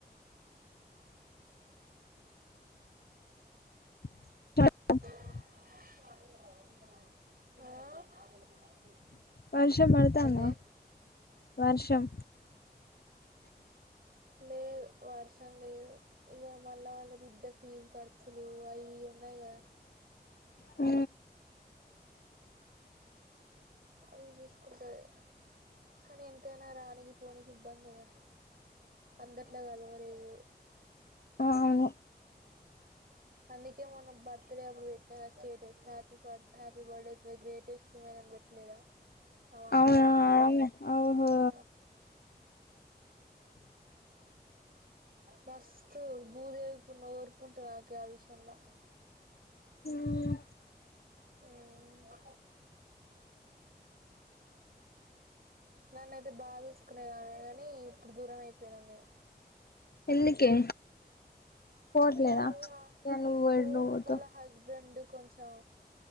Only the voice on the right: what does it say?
ఆ
ఏందే
లేదు వర్షం లేదు ఇవా మళ్ళా ఆళ్ళ బిడ్డ ఫీజు ఖర్చులు అయి ఇయి ఉన్నాయి కదా
అవి చూస్కుంటది కానీ ఎంతైనా రానీకి పోనికి ఇబ్బందేగా అందట్లో కలవలేదు
అందుకే మొన్న బర్త్డే అప్పుడు పెట్నాగా status happy happy birthday <inaudible> greatest women అని పెట్ ట్లేదా మా మామే
ఆ మస్తు భూదేవికున్న ఓర్పుంటదా కా విషయం లా
ఆ నన్నైతే బా చూస్కునేదామె గానీ ఇప్పుడు దూరమైపోయినాం మే
ఇగ అ టు ఆ
ఫోన్
వాళ్ళ హస్బెండు కొంచెం